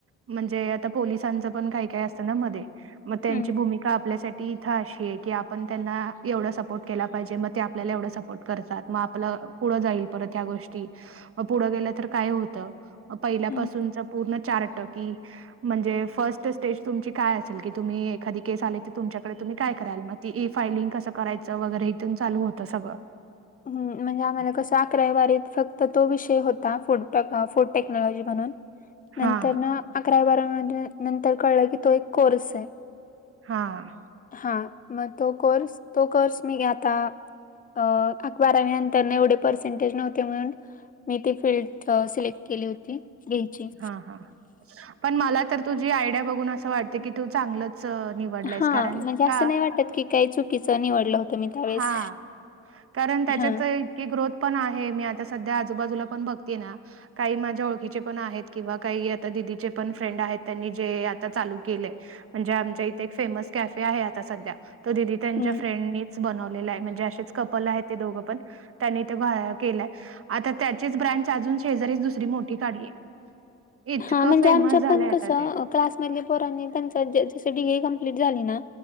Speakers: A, on the right; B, on the left.
A: म्हणजे पोलिसांच पण काय काय असत ना मध्ये, म त्यांची
B: हम्म
A: भूमिका आपल्यासा ती इथं अशी आहे, की आपण त्यांना एवढा सपोर्ट केला पाहिजे, म ते आपल्याला एवढा सपोर्ट करतात, म आपलं पुढं जाईल परत ह्या गोष्टी, म पुढं गेल्या तर काय होत पहिल्यापासूनचा
B: हम्म.
A: पूर्ण चार्ट की, म्हणजे फर्स्ट स्टेज तुमची काय असेल, की तुम्ही एखादी केस आली की तुच्याकडे तुम्ही काय कराल? म ते ई फायलिंग कसं करायचं वगैरे <unintelligible> चालू होत सगळं.
B: हम्म, म्हणजे आम्हाला कसं अकरावी, बारावीत फक्त तो विषय होता, फूड फूड टेक्नॉलॉजी म्हणून. नंतर
A: हा
B: न अकरावी बारावीमध्ये नंतर कळलं, की तो एक कोर्स आहे.
A: हां.
B: हा, म तो कोर्स, तो कोर्स मी आता अ अक बारावी नंतर एवढे पर्सेंटेज नव्हते म्हणून, मी ती फील्ड सिलेक्ट केली होती. घ्यायची
A: हा हा, पण मला तर तुझी आयडिया बघून असं वाटते की तू चांगलंच अ निवडलायस
B: हा,
A: कारण
B: म्हणजे असं
A: का
B: नाही वाटत की, काही चुकीचं निवडलं होतं मी त्यावेळेस.
A: हा, कारण त्याच्यात
B: हा
A: की ग्रोथ पण आहे, मी आता सध्या आजूबाजूला पण बघते ना काही माझ्या ओळखीचे पण आहेत, किंवा काही आता दिदीचे पण फ्रेंड आहेत, त्यांनी जे आता चालू केलय म्हणजे आमच्या इथे एक फेमस कॅफे आहे आता सध्या, तो दिदी त्यांच्या
B: हम्म.
A: फ्रेंडनी बनवलेलं आहे, म्हणजे असेच कपल आहेत ते दोघे पण. त्यांनी ते <unintelligible> केलंय, आता त्याचीच ब्रँच अजून शेजारीच दुसरी मोठी काढली. <inaudible>
B: हा, म्हणजे
A: फेमस
B: आमच्या
A: झालंय
B: पण
A: आता
B: कस
A: ते
B: क्लास म्हणजे पोरांनी पंचायत <unintelligible> कंप्लीट झाली ना,